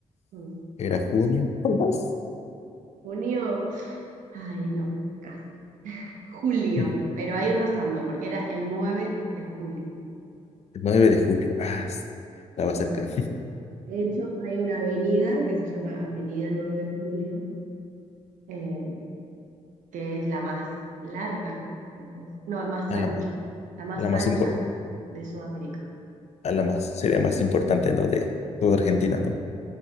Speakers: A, on the right; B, on the left.
A: Mm.
B: Era junio. ¿Por más?
A: Junio, ay no, casi. Julio,
B: <laughs> El
A: pero ahí rozando, porque era el 9 de julio.
B: 9 de julio. Ah, s- estaba
A: nueve
B: cerca.
A: de julio. De hecho, hay una avenida que se llama Avenida nueve de Julio, eh, que es la más larga, creo que es. No,
B: <laughs>
A: más
B: A
A: ancha,
B: la,
A: la más
B: la más
A: ancha
B: impor-
A: de Sudamérica.
B: a la más, sería más importante, ¿no? De toda Argentina, ¿no?